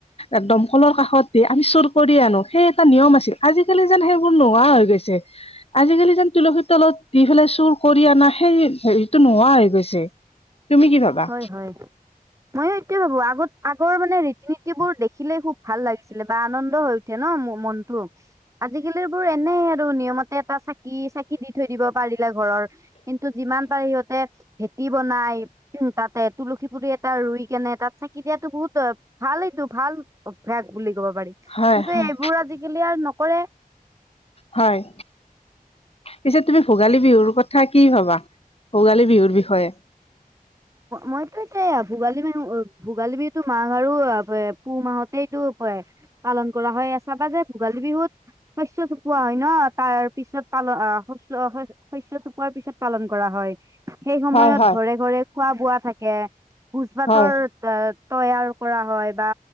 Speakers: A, on the left; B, on the right.
A: এক দম কলৰ কাষত দিয়ে আমি চুৰ কৰি আনো, সেই এটা নিয়ম আছিল। আজি আজিকালি যেন সেইবোৰ নোহোৱা হৈ গৈছে, আজিকালি যেন তুলসীৰ তলত দি পেলাই চুৰ কৰি অনা সেই হেৰিটো নোহোৱা হৈ গৈছে, তুমি কি ভাবা?
B: হয় হয় ময়ো এটো ভাবো। আগত, আগৰ মানে ৰীতি-নীতিবোৰ দেখিলে খুব ভাল লাগিছিলে বা আনন্দ হৈ উঠে ন মনটো। আজিকালি বোৰ এনেই আৰু নিয়মতে এটা চাকি চাকি দি থৈ দিব পাৰিলে ঘৰৰ। কিন্তু, যিমান পায়, সিহঁতে ভেটি বনাই। উম, তাতে তুলসী পুলি এটা ৰুই কেনে তাত চাকি দিয়াতো বহুত, <unintelligible> ভাল এইটো ভাল, অভ্যাস বুলি কৰবা পাৰি,
A: হয়
B: কিন্ত
A: হয়
B: এইবোৰ আজিকালি আৰু নকৰে।
A: হয়। পিছে তুমি ভোগালী বিহুৰ কথা কি ভাবা, ভোগালী বিহুৰ বিষয়ে?
B: মইতো এতিয়া ভোগালী বিহু ভোগালী বিহুতো মাঘ আৰু পুহ মাহতহে এইটো, পালন কৰা হয় চাবা যে ভোগালী বিহুত, শস্য চপোৱা হয় ন' তাৰপিছত পাল আহ শস্য-শস শস্য চপোৱাৰ পিছত পালন কৰা হয় সেই সময়ত
A: হয় হয়
B: ঘৰে ঘৰে খোৱা বোৱা থাকে। ভোজ ভাতৰ
A: হয়
B: <unintelligible> তৈয়াৰ কৰা হয় বা